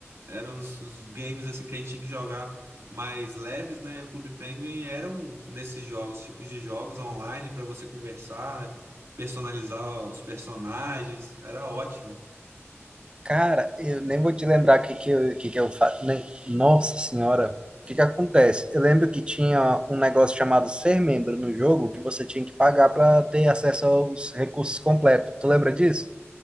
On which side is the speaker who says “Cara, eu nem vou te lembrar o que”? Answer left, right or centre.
Right